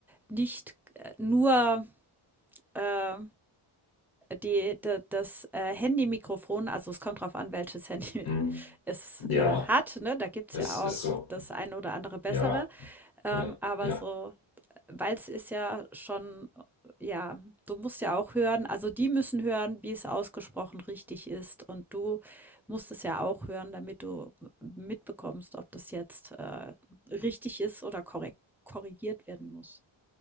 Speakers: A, in the centre; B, on the left (about 75°).
A: nicht, äh, nur, äh, die d das, äh, Handy-Mikrofon also, es kommt drauf an, welches Handy
B: Hm.
A: <laughs> es,
B: ja,
A: äh, hat, ne? Da gibt's
B: es
A: ja
B: ist
A: auch
B: so.
A: das ein oder andere bessere.
B: Ja,
A: Ähm,
B: ja,
A: aber
B: ja.
A: so, weil es ist ja schon, ja, du musst ja auch hören, also die müssen hören, wie es ausgesprochen richtig ist. Und du musst es ja auch hören, damit du mitbekommst, ob das jetzt äh, richtig ist oder korrekt, korrigiert werden muss.